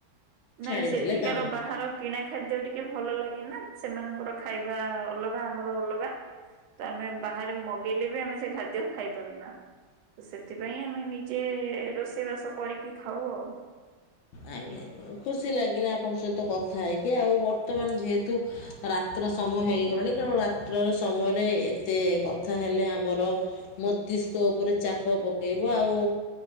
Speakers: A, on the left; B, on the right.
A: ଛାଡିଦେଲେ
B: ନାଇଁ, ସେଠିକାର
A: କାମ।
B: ବାହାର କିଣା ଖାଦ୍ୟ ଟି ଟିକେ ଭଲ ଲାଗେ ନା ସେମାନଙ୍କର ଖାଇବା ଅଲଗା ଆମର ଅଲଗା। ତ ଆମେ ବାହାରେ ମଗେଇଲେ ବି ଆମେ ସେ ଖାଦ୍ୟ ଖାଇପାରୁନା। ତ ସେଥିପାଇଁ ଆମେ ନିଜେ ରୋଷେଇବାସ କରିକି ଖାଉ ଆଉ।
A: ଆଜ୍ଞା ଆଜ୍ଞା। ଖୁସି ଲାଗିଲା ଆପଣଙ୍କ ସହିତ କଥା ହେଇକି, ଆଉ ବର୍ତ୍ତମାନ ଯେହେତୁ ରା ରାତ୍ର ସମୟ ହେଇଗଲାଣି ତେଣୁ ରାତ୍ରର ସମୟରେ ଏତେ କଥା ହେଲେ ଆମର ମସ୍ତିଷ୍କ ଉପରେ ଚାପ ପକେଇବ ଆଉ